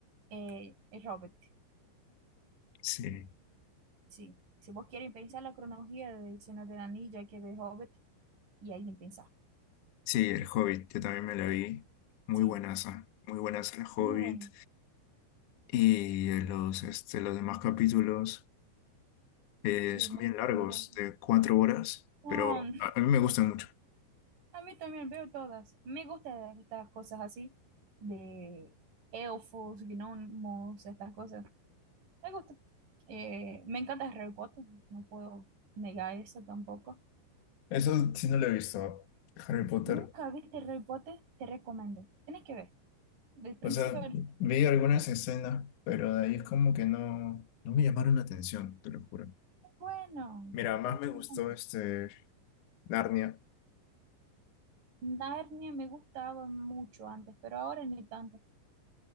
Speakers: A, on the right; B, on the left.
A: eh, el Hobbit.
B: Sí,
A: Sí, si vos quieren pensar la cronología de Señor del Anillo, hay que ver Hobbit y alguien pensar.
B: sí, El Hobbit, yo también me la vi. Muy
A: Sí,
B: buenas, muy buenas El Hobbit.
A: muy bueno.
B: Y los, este, los demás capítulos eh,
A: Sí,
B: son
A: me,
B: bien largos,
A: me encanta.
B: de cuatro horas,
A: Oh,
B: pero
A: <laughs>
B: a a mí me gustan mucho.
A: a mí también veo todas. Me gustan estas cosas así, de elfos, gnomos, estas cosas. Me gusta. Eh, me encanta Harry Potter, no puedo negar eso tampoco.
B: Eso sí no lo he visto, Harry Potter.
A: Nunca viste Harry Potter, te recomiendo. Tienes que ver. Del principio
B: O sea,
A: al
B: vi
A: fin.
B: algunas escenas, pero de ahí es como que no, no me llamaron la atención, te lo juro.
A: Es Bueno,
B: Mira, más me gustó
A: es bueno.
B: este Narnia.
A: Narnia me gustaba mucho antes, pero ahora ni tanto.